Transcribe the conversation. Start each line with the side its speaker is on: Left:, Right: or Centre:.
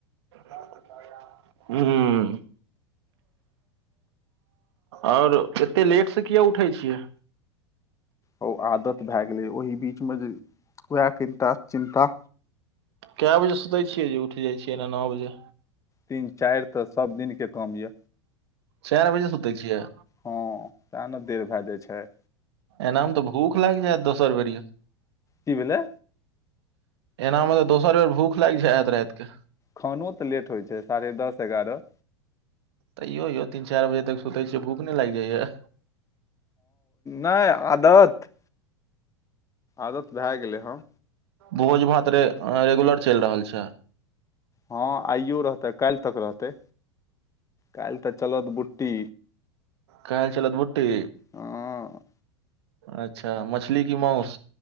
Right: ला न तऽ हूं-हूं। आओर एत्ते लेट सँ किये उठैय छियैय?
Left: होउ आदत भए गेलैय ओहि बीचमे जे, उहेक एकटा चिन्ता।
Right: कए बजे सुतैय छियैय जे उठैय जाइत छियैय एना नओ बजे?
Left: तीन-चारि त सब दिनके काम य।
Right: चारि बजे सुतै छियै
Left: हं, तेँ न देर भए जाइ छैय।
Right: एनामे त भुख लागि जायत दोसर बेरी यौ?
Left: की भेलै
Right: एनामे तऽ दोसर बेर भुख लागि जाइ हेत राति कऽ?
Left: खानो त लेट होइ छैय साढ़े दस-एगारह।
Right: तैयो यौ तीन-चारि बजे तक सुतैय छियैय भुख नहि लागि जाइये?
Left: नहि, आदत। आदत भए गेलैय ह।
Right: भोज-भात रेगुलर चलि रहल छैय।
Left: हँ, आइयो रहतै काइल तक रहतै, काइल त चलत बुट्टी।
Right: काइल चलत बुट्टी।
Left: हँ
Right: अच्छा, मछली की माउस